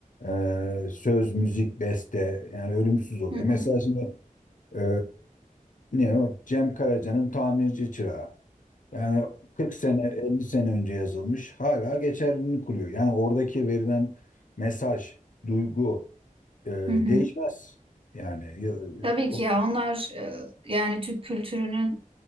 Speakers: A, on the left (about 65°); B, on the right (about 40°).
A: e, söz, müzik, beste yani ölümsüz oluyor.
B: Hı
A: Mesela
B: hı.
A: şimdi e, ne o? Cem Karaca'nın Tamirci Çırağı. Yani 40 sene, 50 sene önce yazılmış, hala geçerliliğini kuruyor. Yani oradaki verilen mesaj, duygu e,
B: Hı hı.
A: değişmez. Yani ya,
B: Tabii
A: o-
B: ki ya onlar e, yani Türk kültürünün